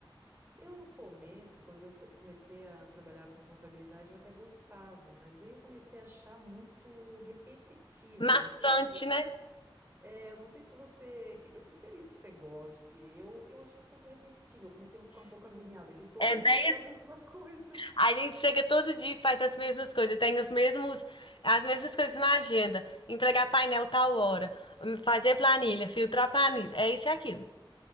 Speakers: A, on the right; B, on the left.
A: Eu, no começo, quando eu t- comecei a trabalhar com contabilidade, eu até gostava, mas aí eu comecei a achar muito repetitivo.
B: Maçante,
A: Eu Não sei se
B: né?
A: É, eu não sei se você. que- Eu fico feliz que você goste. Eu, eu achei um pouco repetitivo. Eu comecei a ficar um pouco agoniada, que todo
B: É,
A: mês
B: né?
A: era a <laughs> mesma coisa.
B: a gente chega todo dia e faz as mesmas coisas, tem os mesmos, as mesmas coisas na agenda. Entregar painel tal hora, hum, fazer planilha, filtrar planilha, é isso e aquilo.